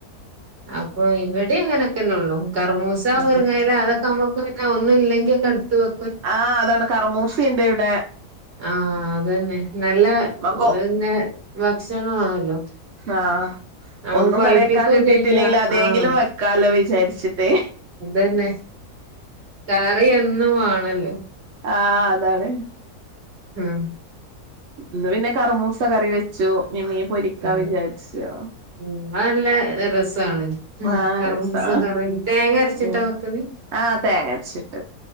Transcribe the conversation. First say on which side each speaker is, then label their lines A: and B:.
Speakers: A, on the right; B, on the right.
A: അപ്പൊ ഇവെടെ അങ്ങനൊക്കെന്നെകറ്മൂസ,
B: അതെ
A: മുരിങ്ങ ഇല അതൊക്കെ നമ്മു ക്കും ഒന്നും ഇല്ലെങ്കി ഒക്കെ എടുത്ത് വെ
B: ആഹ് അതാണ്. കറ്മൂസിം ഇണ്ട് ഇവിടെ
A: ആഹ് അതെന്നെ നല്ല
B: മക്കോ
A: പിന്നെ ഭക്ഷണു അണല്ലോ
B: ആഹ്
A: ആ
B: ഒന്നും
A: പായിപ്പിക്കും
B: കറി വെക്കാൻ കിട്ടിയിട്ടില്ലെങ്കിൽ
A: ചെയ്യാ.
B: അതെങ്കിലും
A: ആഹ്
B: വെക്കാലോ വിചാരിച്ചിട്ടേ
A: അതന്നെ കറിയെന്നും വാണല്ലോ
B: ആഹ് അതാണ്
A: ഉം
B: ഇന്ന് പിന്നെ കറുമൂസ കറി വെച്ചു. ഇനി മീൻ പൊരിക്കാ
A: ഉം
B: വിചാരിച്ചു.
A: ഉം ഇന്നാ നല്ല രസാണ്. ഉം
B: ആഹ്
A: കറ്മൂസ
B: രസാ
A: കറി തേങ്ങ അരച്ചിട്ടാ
B: ഉം
A: വെക്കല്.
B: ആഹ് തേങ്ങ അരച്ചിട്ട്